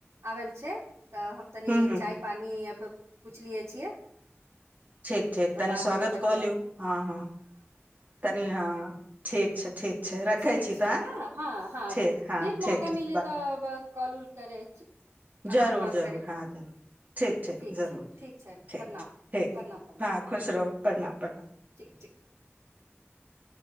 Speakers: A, on the right; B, on the right.
A: आवेल छै तऽ हम तनी
B: हूँ हूँ
A: चाय पानी पुछलियै छियै
B: ठीक ठीक
A: तऽ
B: तनि
A: बादमे
B: स्वागत
A: बतिया
B: कऽ लियौ हँ हँ तनि हँ ठीक छै ठीक छै रखै
A: ठीक
B: छी
A: छै
B: तऽ आँय
A: ने हँ हँ
B: ठीक हँ
A: फिर
B: ठीक
A: मौका
B: ठीक
A: मिले
B: बाय
A: तऽ ब कॉल उल करै छी अहाँ
B: जरूर
A: कॉल
B: जरूर
A: करी
B: हँ जरूर
A: ठीक
B: जरूर
A: छै ठीक छै
B: ठीक
A: प्रणाम
B: ठीक
A: प्रणाम प्रणाम
B: हँ खुश
A: ठीक
B: रहू प्रणाम प्रणाम
A: ठीक ठीक